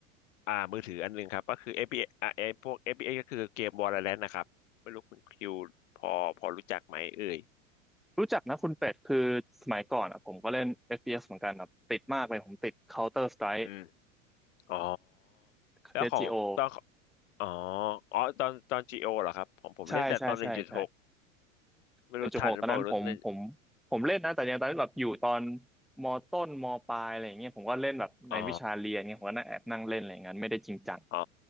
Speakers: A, on the left; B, in the centre.
A: อ่ามือถืออันหนึงครับก็คือเอฟพีเอสอ่าไอพวก FPS ก็คือเกม Valorant นะครับไม่รู้คุณคิวพอพอรู้จักไหมเอ่ย
B: รู้จักนะคุณเป็ดคือสมัยก่อนอ่ะผมก็เล่น FPS เอสเหมือนกันอ่ะติดมากเลยผมติด Counter Strike
A: อืมอ๋อ
B: c
A: แล้วของตอน
B: s โ o
A: อ๋ออ๋อตอนตอน GO เหรอครับผมผมเล่นแต่ตอน1.6
B: ใช่ใช่ใช่ใช่
A: ไม่รู้ทันหรือเปล่ารู้เลย
B: หนึ่งจุดหกตอนนั้นผมผมผมเล่นนะแต่ยังตอนนั้นแบบอยู่ตอนมต้นมปลายอะไรอย่างเงี้ยผมก็เล่นแบบในวิชาเรียนเงี้ยผมก็นั่งแอบนั่งเล่นอะไรอย่างเงี้ยไม่ได้จริงจัง
A: อ๋ออ๋อ